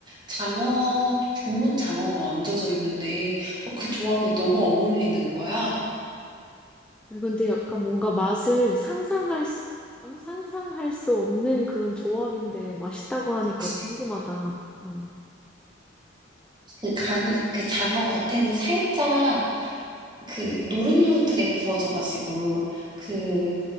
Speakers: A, on the right (about 25°); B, in the centre.
A: 장어, 구운 장어가 얹어져 있는데, 어, 그 조합이 너무 어울리는 거야.
B: 응. 근데 약간 뭔가 맛을 상상할 수, 어, 상상할 수 없는 그런 조합인데 맛있다고 하니까
A: 그치?
B: 궁금하다. 응.
A: 그 간, 그 장어 겉에는 살짝 그 노릇노릇하게 구워져가지고 그